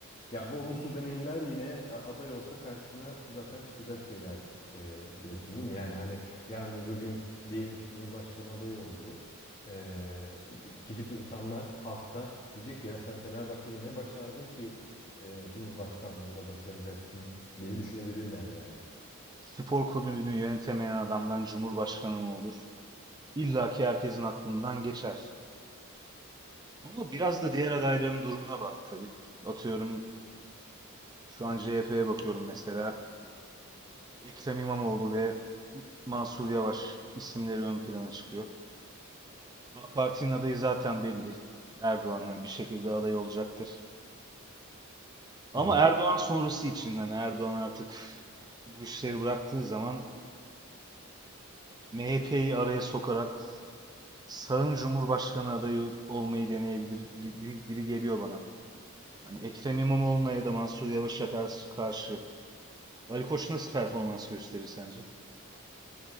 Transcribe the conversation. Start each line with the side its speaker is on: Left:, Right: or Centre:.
Left: Ya bu olumsuz deneyimler yine a- aday olsa karşısına zaten çıkacak şeyler e, diyorsun değil mi? Yani hani yarın öbür gün diyelim ki Cumhurbaşkanı adayı oldu. E, gidip insanlar halkta diyecek ki ya sen Fenerbahçe'de ne başardın ki e, Cumhurbaşkanlığında başaracaksın diye düşünebilirler yani.
Right: Spor kulübünü yönetemeyen adamdan cumhurbaşkanı mı olur? İlla ki herkesin aklından geçer. Ama biraz da diğer adayların durumuna bağlı tabii. Atıyorum şu an CHP'ye bakıyorum mesela. Ekrem İmamoğlu ve Mansur Yavaş isimleri ön plana çıkıyor. AK Parti'nin adayı zaten belli. Erdoğan'ın bir şekilde aday olacaktır. Ama
Left: Hı hı.
Right: Erdoğan sonrası için yani Erdoğan artık bu işleri bıraktığı zaman MHP'yi araya sokarak sağın Cumhurbaşkanı adayı olmayı deneyebilir gibi, gibi geliyor bana. Hani Ekrem İmamoğlu'na ya da Mansur Yavaş'a karşı, karşı Ali Koç nasıl performans gösterir sence?